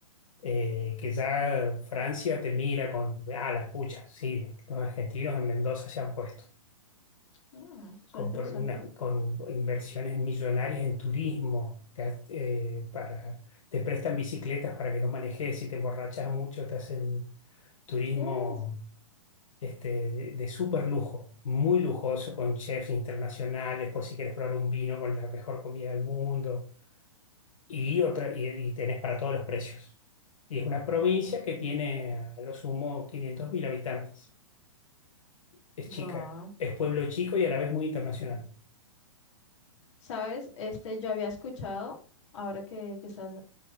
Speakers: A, on the left; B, on the left.
A: eh, que ya Francia te mira con, ah, la pucha, sí, los argentinos en Mendoza se han puesto.
B: Mm, suena
A: con,
B: interesante.
A: pro- una- con inversiones millonarias en turismo, te, ha- eh, para, te prestan bicicletas para que no manejes, si te emborrachas mucho, te hacen turismo
B: ¿Qué es?
A: este, de súper lujo, muy lujoso, con chefs internacionales, por si quieres probar un vino con la mejor comida del mundo, y, otra, y, y tenés para todos los precios. Y es una provincia
B: Ok,
A: que tiene a lo sumo 500.000 habitantes. Es chica,
B: va.
A: es pueblo chico y a la vez muy internacional.
B: ¿Sabes? Este, yo había escuchado, ahora que, que estás